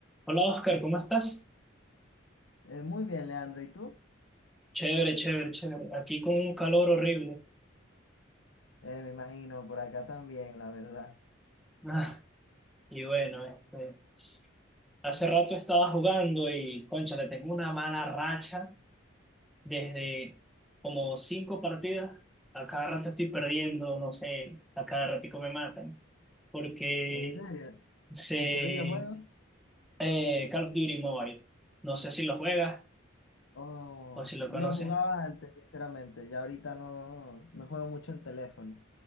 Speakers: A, in the centre; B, on the left (about 75°).
A: Hola Oscar, ¿cómo estás?
B: Eh, muy bien, Leandro. ¿Y tú?
A: Chévere, chévere, chévere. Aquí con un calor horrible.
B: Eh, me imagino, por acá también, la verdad.
A: Ah, y bueno, este, hace rato estaba jugando y, concha, le tengo una mala racha desde como cinco partidas. A cada rato estoy perdiendo, no sé, a cada ratico me matan. Porque
B: ¿En serio?
A: se...
B: ¿En qué videojuego?
A: eh, Call of Duty Mobile. No sé si lo juegas
B: Oh,
A: o si lo
B: lo
A: conoces.
B: jugaba antes, sinceramente. Ya ahorita no, no juego mucho en teléfono.